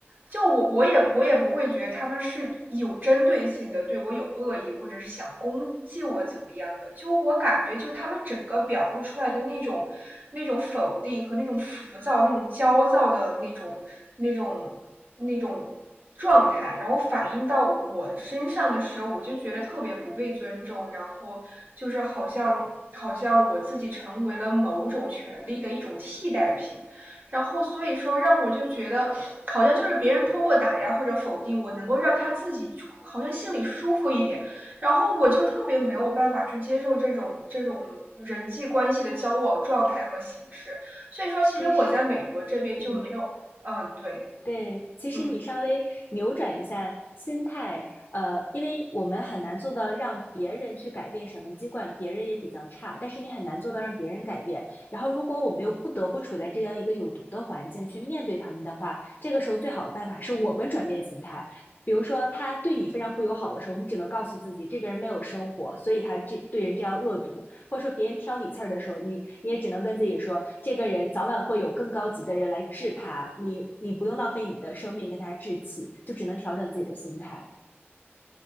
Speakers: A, on the right; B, on the left.
A: 就我我也我也不会觉得他们是有针对性的对我有恶意，或者是想攻击我怎么样的。就我感觉，就他们整个表露出来的那种那种否定和那种浮躁、那种焦躁的那种那种那种状态，然后反映到我身上的时候，我就觉得特别不被尊重，然后就是好像。好像我自己成为了某种权利的一种替代品，然后所以说让我就觉得，好像就是别人通过打压或者否定我，能够让他自己好像心里舒服一点。然后我就特别没有办法去接受这种这种人际关系的交往状态和形式。所以说，其实我在美国这边就没有，
B: 其实你
A: 嗯，对，
B: 对，其实你稍微扭转一下心态，
A: 嗯。
B: 呃，因为我们很难做到让别人去改变什么籍贯，尽管别人也比较差，但是你很难做到让别人改变。然后，如果我们又不得不处在这样一个有毒的环境去面对他们的话，这个时候最好的办法是我们转变心态。比如说，他对你非常不友好的时候，你只能告诉自己，这个人没有生活，所以他这对人这样恶毒。或者说别人挑你刺儿的时候，你你也只能跟自己说，这个人早晚会有更高级的人来治他，你你不用浪费你的生命跟他置气，就只能调整自己的心态。